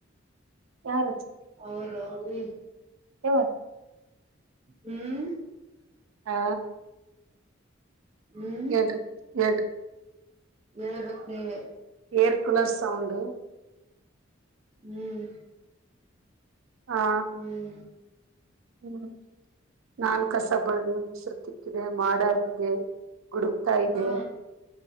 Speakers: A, on the right; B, on the right.
A: ಯಾರು
B: ಹೌದ್ ಹೌದ್ರಿ
A: ಹಾ
B: ಹ್ಮ್
A: ಆ
B: ಹ್ಮ್
A: ಹೇಳ್ರಿ ಹೇಳ್ರಿ
B: ಹೇಳ್ಬೇಕ್ ನೀವೇ
A: ಏರ್ ಕೂಲರ್ ಸೌಂಡ
B: ಹ್ಮ್
A: ಹಾ
B: ಹ್ಮ್
A: ಹ್ಮ್ ನಾನ್ ಕಸಬಳಾದಿ ಮೂಸರಿ ತಿಕ್ಕಿದೆ ಮಾಡ ಆಗಿದೆ ಗುಡುಗುತಾ ಇದೆ
B: ಹಾ